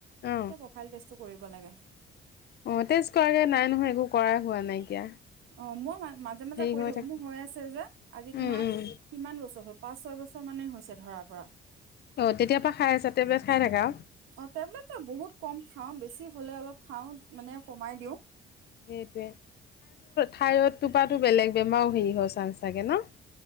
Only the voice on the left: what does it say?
অ
অ টেষ্ট কৰাগে নাই নহয় একো কৰাই হোৱা নাইকিয়া
হেৰি
থাকে
উম উম
অ তেতিয়াৰ পৰা খাই আছা টেবলেট খাই থাকা
সেইটোৱে থাইৰইডটোৰ পৰাটো বেলেগ বেমাৰও হেৰি হয় চাগে ন